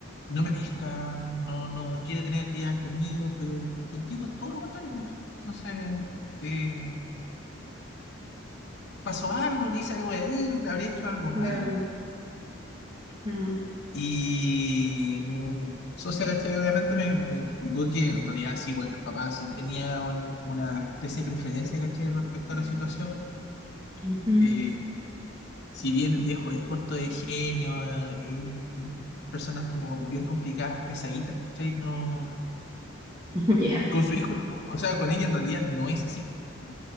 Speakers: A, on the left; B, on the right.
A: no me pesca, no, no quiere tener actividad conmigo, pero contigo es todo lo contrario, me dice. Entonces, eh, pasó algo, le hice algo a él, le habré hecho algo
B: Claro.
A: mal.
B: mm,
A: Y mi socia, ¿cachai? Obviamente me, me explicó que en realidad sí, bueno, el papá sí tenía un- una especie de preferencia, ¿cachai? Respecto a la situación
B: ujú, ujú,
A: eh, si bien el viejo es corto de genio, eh, eh, eh, personas como bien complicadas, pesaditas, ¿cachai? No,
B: <laughs> Ya,
A: con su hijo, no, o sea, con ella en realidad no es así. ¿cachai?